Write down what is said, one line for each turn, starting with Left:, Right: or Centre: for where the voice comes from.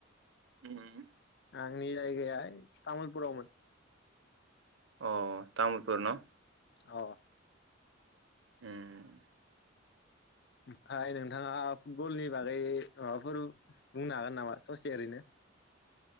Right: उम।
Left: आंनि जायगाया ओय तामुलपुरावमोन।
Right: अ तामुलपुर न
Left: अ
Right: उम
Left: ओमफाय नोंथाङा फुटबलनिबागै माबाफोर बुंनोहागोननामा ससे ओरैनो।